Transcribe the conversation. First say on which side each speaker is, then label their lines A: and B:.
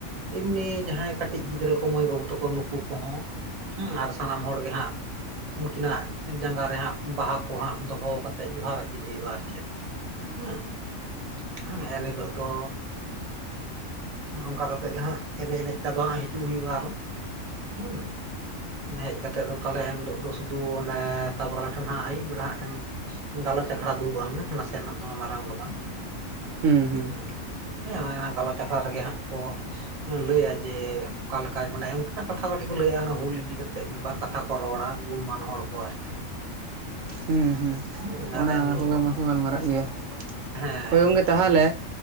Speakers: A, on the right (about 35°); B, on the right (about 70°).
A: ᱮᱢᱱᱤ ᱡᱟᱦᱟᱸᱭ ᱠᱟᱹᱴᱤᱡ ᱜᱤᱫᱽᱨᱟᱹ ᱠᱚ ᱢᱟᱹᱭ ᱵᱟᱹᱵᱩ ᱛᱟᱠᱚ ᱱᱩᱠᱩ ᱠᱚᱦᱚᱸ ᱦᱮᱸ ᱟᱨ ᱥᱟᱱᱟᱢ ᱦᱚᱲ ᱜᱮ ᱦᱟᱸᱜ ᱩᱱᱠᱤᱱᱟᱜ ᱡᱟᱸᱜᱟ ᱨᱮ ᱦᱟᱸᱜ ᱵᱟᱦᱟ ᱠᱚ ᱦᱟᱸᱜ ᱫᱚᱦᱚ ᱠᱟᱛᱮᱫ ᱡᱚᱦᱟᱨ ᱟᱹᱠᱤᱱ ᱦᱩᱭᱩᱜᱼᱟ ᱟᱨ ᱪᱮᱫ ᱦᱩᱸ ᱦᱮᱸ ᱮᱱ ᱦᱤᱞᱚᱜ ᱫᱚ ᱚᱱᱠᱟ ᱠᱟᱛᱮᱜ ᱜᱮ ᱦᱟᱸᱜ ᱮᱱᱮᱡ ᱮᱱᱮᱡ ᱛᱮ ᱟᱫᱚ ᱦᱟᱸᱜ ᱦᱤᱡᱩᱜ ᱦᱩᱭᱩᱜᱼᱟ ᱟᱨᱦᱚ ᱦᱩᱸ ᱦᱮᱡ ᱠᱟᱛᱮᱜ ᱫᱚ ᱛᱟᱦᱚᱞᱮ ᱮᱱᱦᱤᱞᱳ ᱫᱚ ᱥᱩᱫᱩ ᱚᱱᱮ ᱛᱟᱯᱚᱨᱮ ᱢᱮᱫᱴᱮᱱ ᱦᱟᱸᱜ ᱟᱭᱩᱵ ᱵᱮᱲᱟ ᱦᱟᱸᱜ ᱴᱷᱮᱱ ᱜᱟᱞᱚᱪ ᱟᱠᱷᱲᱟ ᱫᱩᱲᱩᱵᱟ ᱱᱟᱥᱮᱱᱟᱜ ᱫᱚᱢᱮ ᱢᱟᱨᱟᱝ ᱫᱚ ᱵᱟᱝ
B: ᱦᱩᱸ ᱦᱩᱸ
A: ᱦᱮᱸᱥᱮ
B: ᱦᱩᱸ
A: ᱦᱮᱸ ᱚᱱᱟ ᱜᱟᱞᱚᱪ ᱟᱠᱷᱲᱟ ᱨᱮᱜᱮ ᱦᱟᱸᱜ ᱠᱚ ᱞᱟᱹᱭᱟ ᱡᱮ ᱚᱠᱟ ᱞᱮᱠᱟ ᱢᱟᱱᱮ ᱩᱱᱠᱤᱱᱟᱜ ᱠᱟᱛᱷᱟ ᱠᱟᱹᱴᱤᱡ ᱠᱚ ᱞᱟᱹᱭᱟ ᱚᱱᱟ ᱦᱩᱞ ᱤᱫᱤ ᱠᱟᱛᱮᱫ ᱢᱤᱫ ᱵᱟᱨ ᱠᱟᱛᱷᱟ ᱠᱚ ᱜᱩᱱ ᱢᱟᱱ ᱦᱚᱲ ᱠᱚ ᱟᱨ ᱪᱮᱫ
B: ᱦᱩᱸ ᱦᱩᱸ
A: ᱦᱩᱸ
B: ᱚᱱᱟ
A: ᱟᱨ ᱮᱱᱦᱤᱞᱳᱜ
B: <unintelligible>
A: ᱫᱚ
B: ᱜᱟᱞᱢᱟᱨᱟᱜ ᱜᱮᱭᱟ
A: ᱦᱮᱸ
B: ᱦᱳᱭ ᱜᱚᱝᱠᱮ ᱛᱟᱦᱚᱞᱮ